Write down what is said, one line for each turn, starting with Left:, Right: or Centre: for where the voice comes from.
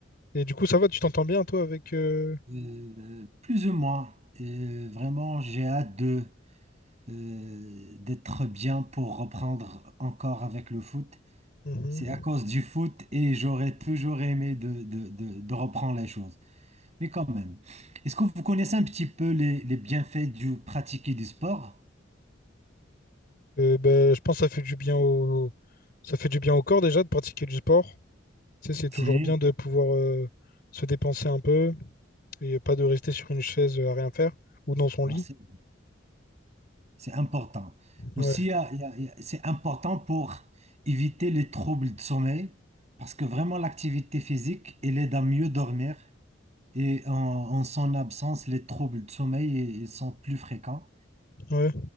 Left: Et du coup, ça va, tu t'entends bien, toi, avec. euh,
Right: Euh, plus ou moins. Euh, vraiment, j'ai hâte de, euh, d'être bien pour reprendre encore avec le foot.
Left: mhm.
Right: C'est à cause du foot et j'aurais toujours aimé de, de- de- de reprendre les choses. Mais quand même, est-ce que vous connaissez un petit peu les, les bienfaits du pratiquer du sport?
Left: Euh, ben, je pense que ça fait du bien au... ça fait du bien au corps déjà de pratiquer du sport. Tu sais, c'est toujours
Right: Si,
Left: bien de pouvoir euh, se dépenser un peu et pas de rester sur une chaise euh, à rien faire ou dans son
Right: Alors,
Left: lit.
Right: C'est c'est important. Aussi,
Left: Ouais,
Right: il y a- il y a- il y a- c'est important pour éviter les troubles de sommeil parce que vraiment l'activité physique, elle aide à mieux dormir et en, en son absence, les troubles de sommeil, ils sont plus fréquents.
Left: ouais.